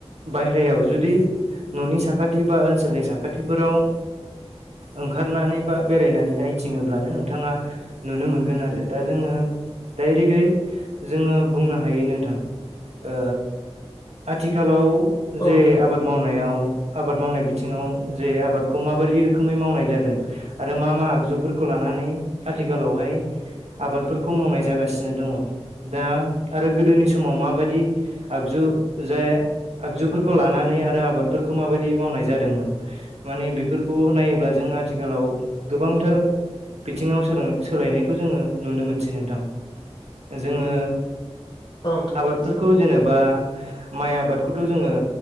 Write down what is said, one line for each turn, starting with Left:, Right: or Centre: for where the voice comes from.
Right: बायह्रायाव जुदि न'नि साखाथि बा ओनसोलनि साखाथिफोराव ओंखारनानै बा बेरायनानै नायथिङोब्लानो नोंथाङा नुनो मोनगोन आरो दा जोङो दायरेक्टयै जोङो बुंनो हायो नोंथां। ओ आथिखालाव
Left: औ
Right: जे
Left: नोंथां
Right: आबाद मावनायाव आबाद मावनाय बिथिङाव जे आबादखौ माबोरि रोखोमै मावनाय जादों। आरो मा मा आगजुफोरखौ लानानै आथिखालावहाय आबादफोरखौ मावनाय जागासिनो दङ दा आरो गोदोनि समाव माबादि आगजु जे आगजुफोरखौ लानानै आरो आबादफोरखौ माबायदि मावनाय जादोंमोन माने बेफोरखौ नायोब्ला जों आथिखालाव गोबांथार बिथिङाव सोल सोलायनायखौ जोङो नुनो मोनसै नोंथां जोङो
Left: औ नोंथां
Right: आबादफोरखौ
Left: नंगौ
Right: जेनेबा माइ आबादखौथ' जोङो